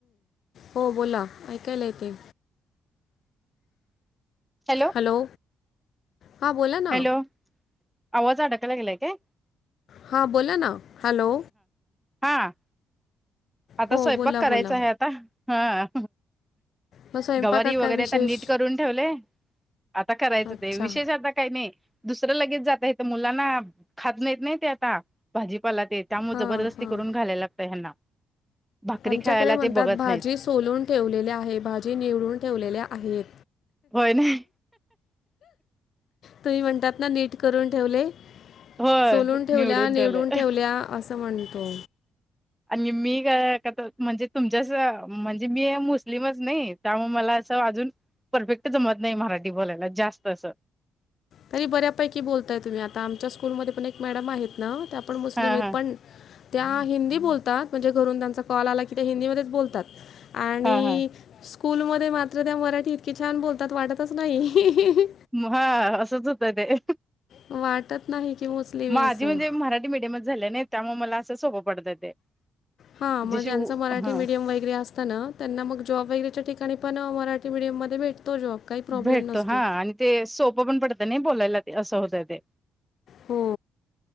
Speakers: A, on the left (about 65°); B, in the centre.
A: हो बोला ऐकायला येते
B: हॅलो
A: हॅलो हां बोला ना
B: हॅलो आवाज अडाकायला गेलाय का
A: हां बोला ना हॅलो
B: हा आता
A: हो
B: स्वयंपाक
A: बोला
B: करायचा
A: बोला
B: आहे आता हा
A: मग स्वयंपाकात
B: गवारी वगैरे
A: काय विशेष
B: आता नीट करून ठेवले आता करायचं
A: अच्छा
B: ते विशेष आता काही नाही दुसरं लगेच जात आहे तर मुलांना खात नाही येत नाही ते आता भाजीपालातेत त्यामुळे
A: हां
B: जबरदस्ती
A: हां
B: करून घालायला लागत ह्यांना भाकरी
A: आमच्याकडे
B: खायला
A: म्हणतात
B: ते बघत
A: भाजी
B: नाहीत
A: सोलून ठेवलेले आहे भाजी निवडून ठेवलेल्या आहेत
B: होय नाही
A: तुम्ही म्हणतात ना नीट करून ठेवले
B: होय
A: सोलून ठेवल्या निवडून
B: ठेवलंय
A: ठेवल्या असं म्हणतो
B: आणि मी काय का म्हणजे तुमच्याच म्हणजे मी मुस्लिमच नाही त्यामुळे मला असं अजून परफेक्ट जमत नाही मराठी बोलायला जास्त अस
A: तरी बऱ्यापैकी बोलताय तुम्ही आता आमच्या स्कूलमध्ये पण एक मॅडम आहेत ना आपण मुस्लिम
B: हा
A: येत
B: हा
A: पण त्या हिंदी बोलतात म्हणजे घरून त्यांचा कॉल आला की त्या हिंदीमध्येच बोलतात आणि
B: हा हा
A: स्कूलमध्ये मात्र त्या मराठी इतकी छान बोलतात वाटतच नाही
B: हा असंच होतं ते
A: वाटत नाही की मुस्लिम आहे
B: माझी
A: असं
B: म्हणजे मराठी मीडियमच झाल्या नाही त्यामुळे मला असं सोपं पडतं ते
A: हा मग
B: जशी
A: ज्यांचं मराठी
B: हा
A: मिीडयम वगैरे असत त्यांना मग जॉब वगैरेच्या ठिकाणी पण मराठी मिीडियम मध्ये भेटतो जॉब काही प्रॉब्लेम
B: भेटतो
A: नसतो
B: हा आणि ते सोपं पण पडतं नाही बोलायला ते असं होतय ते
A: हो